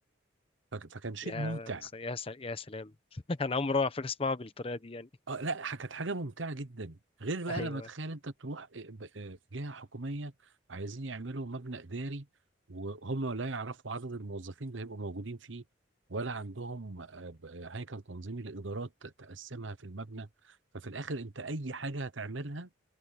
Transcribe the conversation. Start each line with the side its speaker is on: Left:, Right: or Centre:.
Right: فك- فكان شيء
Left: يا
Right: ممتع
Left: س... يا س... يا سلام <laughs> أنا أول مرة على فكرة أسمعها بالطريقة دي يعني
Right: اه لا ح- كانت حاجه ممتعه جدا غير بقى
Left: <laughs> أيوه
Right: لما تخيل انت تروح آه، ب- آه، جهه حكوميه عايزين يعملوا مبنى اداري وهم لا يعرفوا عدد الموظفين اللي هيبقوا موجودين فيه ولا عندهم آه، ب- آه، هيكل تنظيمي لادارات ت- تقسمها في المبنى ففي الاخر انت اي حاجه هتعملها